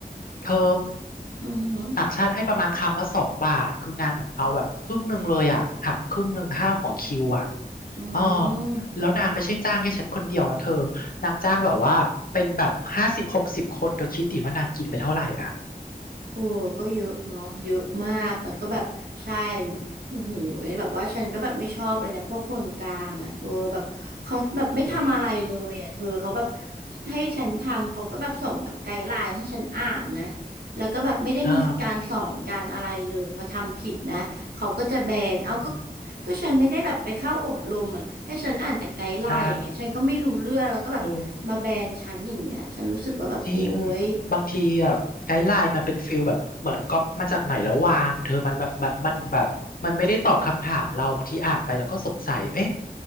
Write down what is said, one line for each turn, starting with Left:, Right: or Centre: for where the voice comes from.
Left: เธอ
Right: อือหือ
Left: ต่างชาติให้ประมาณคำละสองบาทคือนางเหมือนเอาแบบครึ่งหนึ่งเลยอ่ะหักครึ่งหนึ่งห้าหัวคิวอ่ะ
Right: อื
Left: อ๋อ
Right: ม
Left: แล้วนางไม่ใช่จ้างแค่ฉันคนเดียวนะเธอ นางจ้างแบบว่าเป็นแบบห้าสิบหกสิบคนเธอคิดดิว่านางกินไปเท่าไหร่อ่ะ
Right: โอ้ก็เยอะเนาะเยอะมากแต่ก็แบบใช่
Left: อืม
Right: โมโหแบบว่าฉันก็แบบไม่ชอบเลยนะพวกคนกลางอ่ะเธอแบบเขาแบบไม่ทำอะไรเลยอ่ะเธอเขาแบบ
Left: จริง
Right: ให้ฉันทำเขาก็แบบส่งแบบไกด์ไลน์ให้ฉันอ่านนะแล้วก็แบบไม่ได้มีการสอนการอะไรเลยพอทำผิดนะเขาก็จะแบนเอาก็
Left: อ่าอืม
Right: ก็ฉันไม่ได้แบบไปเข้าอบรมอ่ะให้ฉันอ่านแต่ไกด์ไลน์อย่างเงี้ยฉันก็ไม่รู้เรื่องแล้วก็แบบมาแบนฉันอย่างเงี้ยฉันรู้สึกว่าแบบโอ๊ย
Left: ใช่โอ้ จริงบางทีแบบไกด์ไลน์มันเป็นฟิลแบบเหมือนก๊อปมาจากไหนแล้ววางเธอมันแบบมันมันแบบมันไม่ได้ตอบคำถามเราบางทีอ่านไปแล้วก็สงสัยเอ๊ะ